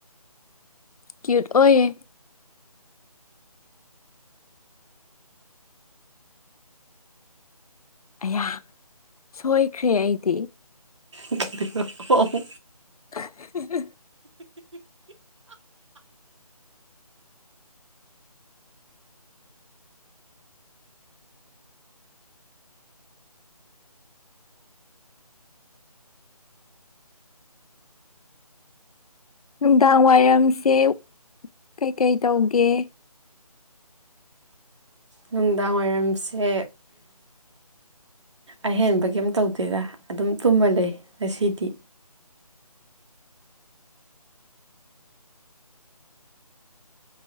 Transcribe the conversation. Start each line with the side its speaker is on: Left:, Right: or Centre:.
Left: ꯀ꯭ꯌꯨꯠ ꯑꯣꯏꯔꯦ꯫ ꯑꯌꯥ ꯁꯣꯏꯈ꯭ꯔꯦ ꯑꯩꯗꯤ
Right: <inaudible> ꯑꯣꯍꯣ ꯑꯣꯍꯣ
Left: <unintelligible> ꯅꯨꯡꯗꯥꯡ ꯋꯥꯏꯔꯝꯁꯦ ꯀꯩꯀꯩ ꯇꯧꯒꯦ꯫
Right: ꯅꯨꯡꯗꯥꯡ ꯋꯥꯏꯔꯝꯁꯦ꯫ ꯑꯍꯦꯟꯕ ꯀꯩꯝ ꯇꯧꯗꯦꯔ ꯑꯗꯨꯝ ꯇꯨꯝꯃꯜ ꯂꯩ ꯉꯁꯤꯗꯤ꯫